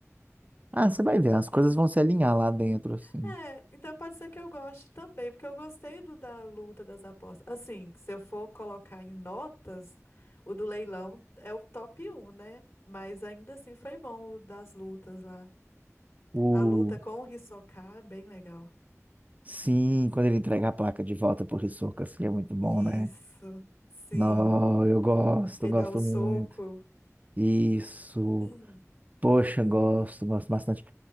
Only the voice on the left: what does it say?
É, então pode ser que eu goste também, porque eu gostei do da luta das apostas. Assim, se eu for colocar em notas, o do leilão é o top um, né? Mas ainda assim foi bom o das lutas lá.
A luta com o Hisoka é bem legal.
Isso,
sim.
Quem
dá o soco.
<clears throat>